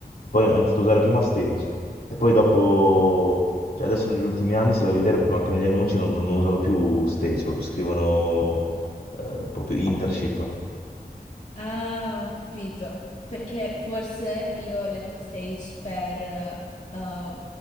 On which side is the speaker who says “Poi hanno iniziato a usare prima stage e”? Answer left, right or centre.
Left